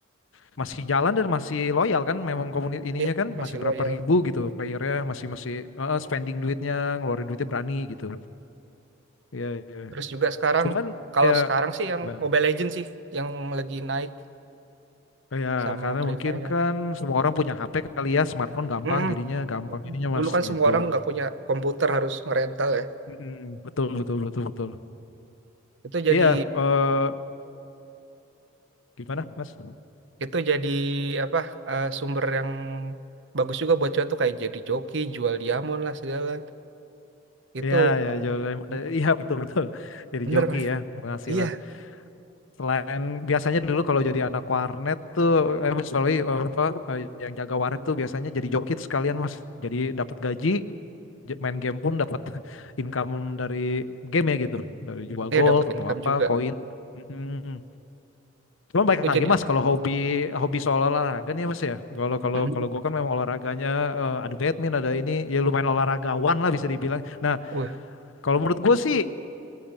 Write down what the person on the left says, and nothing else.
masih jalan dan masih loyal kan memang komunitas ininya
kan masih
berapa
ribu gitu playernya masih masih eh, eh, spending duitnya ngeluarin duitnya berani gitu. Iya iya.
Cuman
ya
gimana?
Ya
karena
mungkin
kan semua orang punya HP kali ya smartphone gampang
jadinya gampang ininya
Mas
gitu.
Mm-mm. Betul betul betul betul.
Iya eh gimana Mas?
Iya, ya, jual remote.
Iya, betul betul. Jadi
joki
ya penghasilan.
Selain biasanya dulu kalau jadi anak warnet tuh, eh, Mas, sorry, eh, apa eh, yang jaga warnet tuh biasanya jadi joki tuh sekalian mas. Jadi dapat gaji, j- main game pun dapat <laughs> income dari game ya gitu, dari jual
gold
atau
apa,
koin. Mm-mm. Cuman baik
lagi
mas,
kalau hobi hobi soal olahraga nih ya, mas ya. Kalau kalau
kalau gue kan memang olahraganya eh, ada badminton, ada ini, ya lumayan olahragawan lah bisa dibilang. Nah,
kalau menurut gue sih